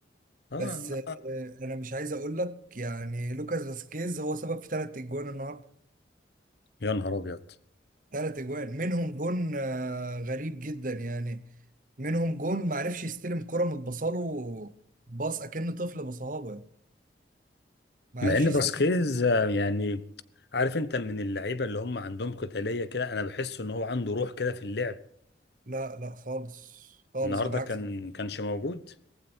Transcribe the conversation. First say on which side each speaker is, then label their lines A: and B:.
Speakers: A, on the left; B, on the right.
A: اه
B: بس آه، انا مش عايز اقول لك يعني لوكاس فاسكيز هو سبب في ثلاث اجوان النهارده
A: يا نهار ابيض
B: ثلاث اجوان منهم جون آه، غريب جدا يعني منهم جون ما عرفش يستلم كرة متبصاله باص اكن طفل بصهابه ما
A: مع
B: عرفش
A: ان فاسكيز آه، يعني عارف انت من اللعيبه اللي هم عندهم قتاليه كده انا بحس ان هو عنده روح كده في اللعب
B: لا لا خالص خالص
A: النهارده
B: على عكس
A: كان كانش موجود